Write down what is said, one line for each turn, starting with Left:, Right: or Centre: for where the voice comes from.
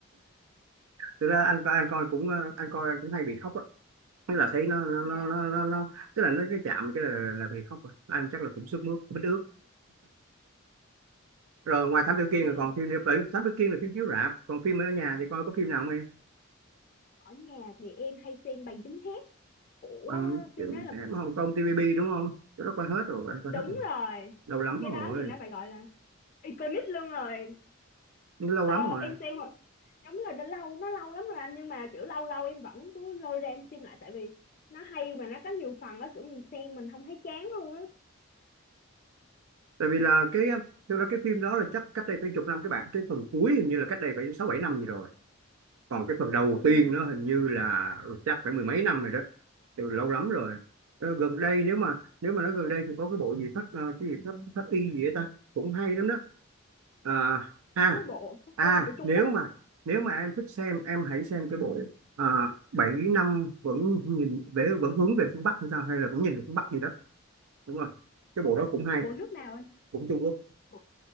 Right: thực ra anh anh coi cũng ờ, anh coi anh cũng hay bị khóc á tức là thấy nó nó
Left: dạ
Right: nó nó, nó, nó tức là nó cái chạm cái là, là bị khóc rồi anh chắc là cũng sức mướt bít ướt rồi ngoài Thám Tử Kiên
Left: ừ
Right: là còn phim nữa Bởi vì Thám Tử Kiên là phim chiếu rạp còn phim ở nhà thì coi có phim nào không em
Left: ở nhà thì em hay xem bằng chứng thép của
Right: bằng
Left: phim
Right: chữ
Left: đó là của
Right: Hồng Kông TVB đúng không chỗ đó coi hết rồi anh coi
Left: đúng
Right: hết rồi
Left: rồi
Right: lâu lắm
Left: cái
Right: rồi
Left: đó thì nó phải gọi là iconic luôn rồi
Right: lâu
Left: ờ,
Right: lắm rồi
Left: em xem hồi- đúng rồi đã lâu nó lâu lắm rồi anh nhưng mà kiểu lâu lâu em vẫn cứ lôi ra em xem lại tại vì nó hay mà nó có nhiều phần á kiểu mình xem mình không thấy chán luôn á
Right: tại vì là cái thực ra cái phim đó là chắc cách đây phải chục năm các bạn cái phần cuối hình như là cách đây phải sáu bảy năm gì rồi còn cái phần đầu
Left: ừ.
Right: tiên nó hình như là chắc phải mười mấy năm rồi đó từ lâu lắm rồi Ờ, gần đây nếu mà nếu mà nói gần đây thì có cái bộ gì pháp ờ, cái gì pháp pháp y gì ấy ta cũng hay lắm đó à, à
Left: cái bộ Cát
Right: à
Left: Y của Trung
Right: nếu
Left: Quốc
Right: mà nếu mà em thích xem em hãy xem cái bộ à, bảy năm vẫn nhìn về vẫn hướng về phương Bắc hay sao hay là cũng nhìn về phương Bắc gì đó đúng rồi cái bộ
Left: là
Right: đó cũng hay
Left: của nước nào anh
Right: cũng Trung Quốc
Left: Ủa,